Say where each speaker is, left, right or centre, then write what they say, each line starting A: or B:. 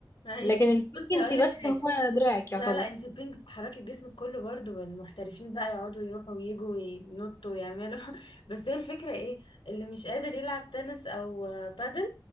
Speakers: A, on the left; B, on the left.
A: ايوه
B: لكن البينج
A: بصي
B: انتي
A: هقول
B: بس
A: لك حاجه
B: هو دراعك
A: لا
B: يعتبر
A: لا انت البينج بتحركي بجسمك كله برضو والمحترفين بقى يقعدوا يروحوا ويجوا وينطوا ويعملوا <laughs> بس هي الفكره ايه اللي مش قادر يلعب تنس او آه، بادل